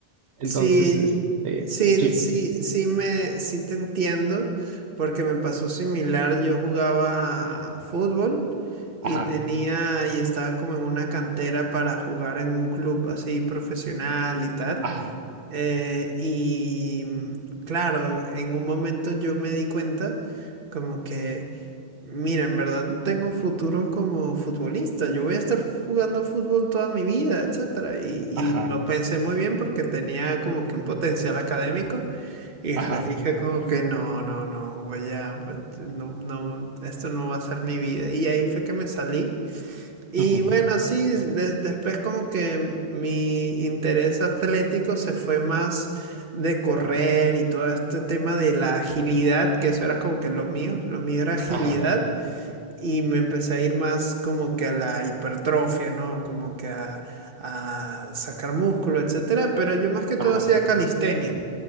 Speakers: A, on the right (about 85°); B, on the right (about 60°).
A: Entonces,
B: Sí,
A: este,
B: sí,
A: sí,
B: sí, sí me, sí te entiendo, porque me pasó similar. Yo jugaba fútbol y
A: ajá,
B: tenía, y estaba como en una cantera para jugar en un club así profesional y tal.
A: ajá,
B: Eh, y mm, claro, en un momento yo me di cuenta como que Mira, en verdad tengo futuro como futbolista. Yo voy a estar jugando fútbol toda mi vida, etcétera. Y, y
A: ajá,
B: lo pensé muy bien porque tenía como que un potencial académico y después
A: ajá,
B: dije como que no, no, no, voy a, pues, no, no, esto no va a ser mi vida. Y ahí fue que me salí. Y
A: ujú,
B: bueno, sí, de- después como que mi interés atlético se fue más de correr y todo este tema de la agilidad, que eso era como que lo mío, lo mío era agilidad
A: ajá,
B: y me empecé a ir más como que a la hipertrofia, ¿no? Como que a, a sacar músculo, etcétera. Pero yo más que todo
A: ajá.
B: hacía calistenia.